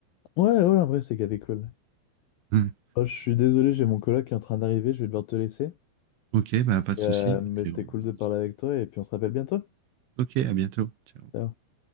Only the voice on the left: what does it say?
Ouais, ouais, en vrai, c'est gavé cool.
Bon, je suis désolé, j'ai mon coloc qui est en train d'arriver, je vais devoir te laisser.
Euh,
mais
c'était
cool de
parler
avec toi et puis on se rappelle bientôt.
Ciao.